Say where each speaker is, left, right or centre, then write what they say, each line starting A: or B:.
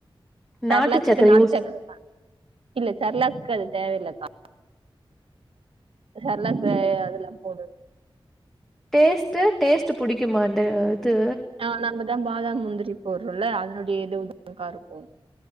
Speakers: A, in the centre; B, on the right.
A: நாட்டு
B: ஷெர்லாக்கு
A: சக்கர
B: நாட்டு
A: யூஸ்
B: சக்கரதா இல்ல ஷெர்லாக்கு அது தேவயில்லக்கா ஷெர்லாக்கு அதெல்லா போடு
A: டேஸ்ட் டேஸ்ட் புடிக்குமா அந்த இது
B: ஆ நம்மதா பாதாம் முந்திரி போடுறோம்ல அதனுடைய இதுவுதாங்க்கா இருக்கு